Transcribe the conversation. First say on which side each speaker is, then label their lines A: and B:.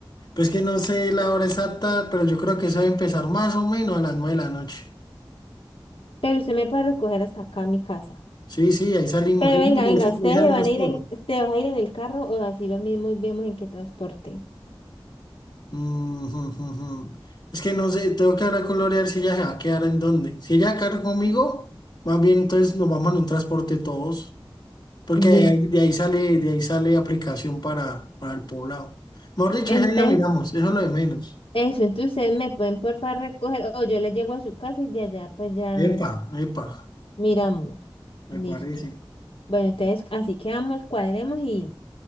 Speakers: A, on the left; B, on the left.
A: Pues que no sé la hora exacta, pero yo creo que eso debe empezar más o menos a las nueve de la noche.
B: Pero usted me puede recoger hasta acá a mi casa.
A: Sí, sí, ahí salimos,
B: Pero
A: ahí
B: venga, venga, ustedes
A: ahí salimos
B: se van a ir
A: todo.
B: en, ustedes vas a ir en el carro o así lo mismo y vemos en qué transporte.
A: Mm, jum, jum, jum. Es que no sé, tengo que hablar con Lore a ver si ella se va a quedar en dónde. Si ella va a quedar conmigo, más bien entonces nos vamos en un transporte todos, porque
B: Listo.
A: de ahí, de ahí sale, de ahí sale aplicación para, para el poblado. Mejor dicho,
B: Entonces,
A: ese día miramos, eso es lo de menos.
B: eso, entonces ustedes me pueden por favor recoger o yo les llego a su casa y de allá pues ya
A: Epa, epa,
B: miramos.
A: me
B: Listo.
A: parece.
B: Bueno, entonces así quedamos, cuadremos y,